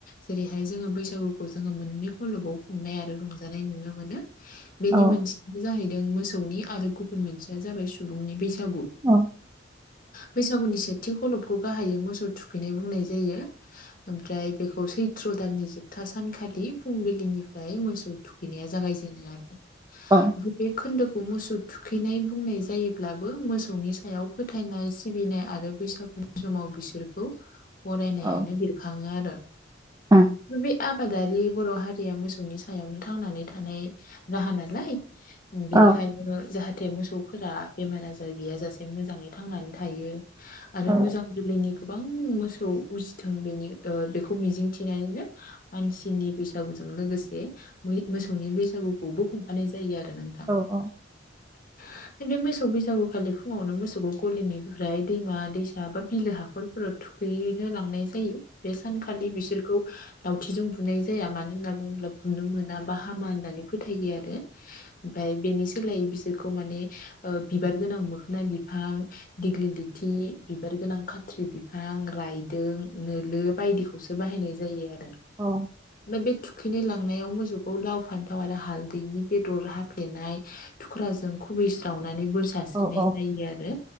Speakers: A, on the left (about 50°); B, on the right (about 20°).
A: जेरैहाय जोङो बैसागुखौ जोङो मोननै खलबाव खुंनाय आरो रंजानाय नुनो मोनो । बेनि
B: औ
A: मोनसेयानो जाहैदों मोसौनि आरो गुबुन मोनसेया जाबाय सुबुंनि बैसाग बैसागु
B: औ
A: बैसागुनि सेथि खलबखौ गाहायै मोसौ थुखैनाय बुंनाय जायो। ओमफ्राय बेखौ सैथ्र' दाननि जोबथा सानखालि फुंबिलिनिफ्राय मोसौ थुखैनाया जा जागायजेनो आरो
B: औ
A: बे खोन्दोखौ -खौ मोसौ थुखैनाय बुंनाय जायोब्लाबो मोसौनि सायाव फोथायनाय सिबिनाय आरो बैसागु उन समाव बिसोरखौ बरायनायानो
B: औ
A: बेरखाङो आरो
B: औ
A: बे आबादारि बर' हारिया मोसौनि सायावनो थांनानै थानाय राहा नालाय बिनिखायनो
B: औ
A: जाहाथे मोसौफोरा बेमार-आजार गैयाजासे मोजाङै थांनानै थायो आरो
B: औ
A: मोजां जोलैनि गोबां मोसौ उजिथों बेनि बेखौ मिजिंथिनानैनो मानसिनि बैसागुजों लोगोसे मोसौनि बैसागुखौ बो खुंफानाय जायो आरो। नोंथां
B: औ औ।
A: <inaudible> बे मोसौ बैसागुखालि फुङावनो मोसौखौ गलिनिफ्राय दैमा-दैसा बा बिलो हाखरफोराव थुख थुखैैनो लांनाय जायो बे सानखालि बिसोरखौ लावथिजों बुनाय जाया मानो होनना बुङोब्ला बुनो मोना बा हामा होननानै फोथायो आरो। ओमफाय बेनि हो सोलाय बिसोरखौ माने ओ बिबार गोनां मोखोना बिफां दिग्लि लिथि बिबार गोनां खाथ्रि बिफां रायदों नोलो बायदिखौसो बाहायनाय जायो आरो।
B: औ।
A: बे थुखैनो लांनायाव मोसौखौ लाव फान्थाव आरो हालदैनि बेदर हाफ्लेनाय थुख्रा जों खुबैस्रावनानै बोर सारस्रिनाय
B: औ औ
A: जायो आरो